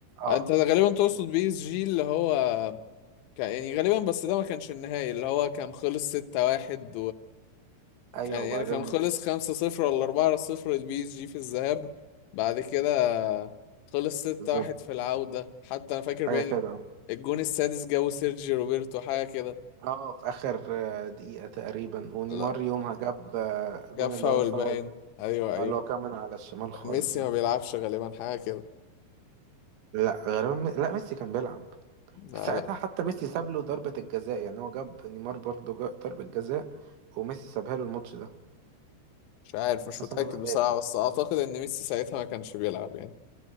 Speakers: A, on the right; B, on the left.
A: اه
B: أنت ده غالبا تقصد بي إس جي اللي هو ك- يعني غالبا بس ده ما كانش النهائي اللي هو كان خلص 6-1
A: ايوه
B: كان
A: وبعدين
B: يعني كان خلص 5-0 ولا 4-0 للبي اس جي في الذهاب بعد كده خلص 6-1
A: بالظبط
B: في العودة حتى أنا فاكر باين
A: حاجة كده
B: الجون السادس جابه سيرجي روبرتو حاجة كده
A: اه في اخر آه، دقيقة تقريبا ونيمار
B: لا
A: يومها جاب آه،
B: جاب
A: جون
B: فاول
A: اللي هو الفاول
B: باين
A: ده
B: أيوه أيوه
A: آه، اللي هو كان من على الشمال خالص
B: كان ميسي
A: ده
B: ما بيلعبش غالبا حاجة كده
A: لا غالبا م- لا ميسي كان بيلعب
B: لا
A: ساعتها
B: لا
A: حتى ميسي ساب له ضربة الجزاء يعني هو جاب نيمار برضه جاب ضربة جزاء وميسي سابها له الماتش ده
B: مش عارف مش
A: حسب
B: متأكد
A: ما انا فاكر
B: بصراحة بس أعتقد إن ميسي ساعتها ما كانش بيلعب يعني